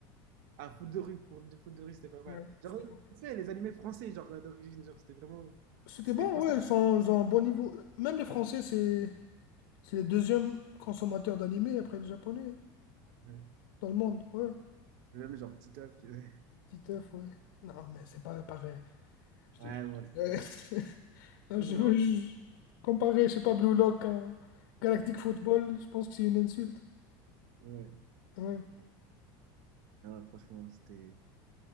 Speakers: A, on the right (about 65°); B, on the left (about 80°).
A: ah, foot de rue, pour du foot de rue, c'était pas mal.
B: Ouais, c'était
A: Genre,
B: bon.
A: tu sais, les animés français, genre euh, d'origine, genre, c'était vraiment.
B: C'était
A: C'est
B: bon,
A: des Français.
B: ouais, ils ont, ils ont un bon niveau. Même les Français, c'est c'est les deuxièmes consommateurs d'animés après les Japonais hein,
A: Ouais.
B: dans le monde. Ouais,
A: Même genre Titeuf, tu sais.
B: petit œuf, ouais. Non, mais c'est pas pareil. Je
A: Ouais,
B: te jure.
A: ouais, c'est
B: Ouais.
A: drôle.
B: <laughs> Non,
A: Ça,
B: Je
A: c'est vraiment-
B: veux ju- comparer, je sais pas, Blue Lock à Galactic Football, je pense que c'est une insulte.
A: Ouais.
B: Ouais.
A: Non, franchement, c'était.